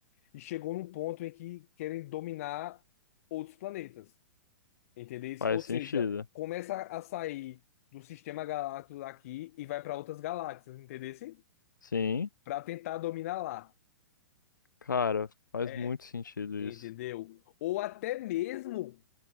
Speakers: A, on the left; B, on the left.
A: e chegou num ponto em que querem dominar outros planetas. Entendesse?
B: faz
A: Ou seja,
B: sentido.
A: começa a sair do sistema galáctico daqui e vai para outras galáxias, entendesse?
B: Sim,
A: Para tentar dominar lá.
B: cara, faz
A: É,
B: muito sentido isso.
A: entendeu? Ou até mesmo